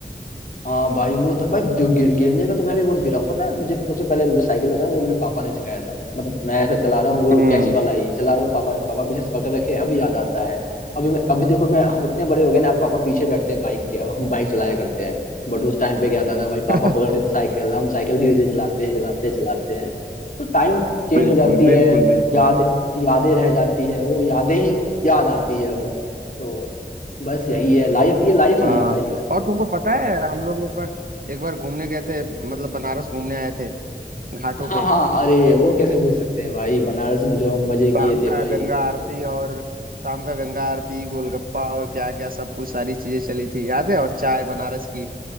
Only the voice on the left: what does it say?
हाँ भाई वो तो भाई जो गिर, गिरने का तो मैं भी बहुत गिरा हूँ पता है मुझे सबसे पहले जो साइकिल होता है वो मेरे पापा ने सिखाया था मतलब मैं ऐसा चला रहा हूँ वो
कैची वाला ही चला रहा हूँ पापा ने पापा पीछे से पकड़ रखे हैं, अभी याद आता है अभी मैं अभी देखो मैं हम इतने बड़े हो गए ना अब पापा पीछे बैठते हैं बाइक के अब हम बाइक चलाया करते हैं बट उस टाइम पे क्या था ना भाई पापा
पकड़ते थे साइकिल हम साइकिल धीरे धीरे चलाते हैं चलाते हैं चलाते हैं तो टाइम चेंज
हो जाती
है
याद यादें रह जाती है वो यादें ही याद आती है अब तो बस यही है लाइफ ये लाइफ ही
है भाई
हाँ
हाँ अरे वो कैसे भूल सकते हैं भाई बनारस में जो हम मजे
किए थे
भाई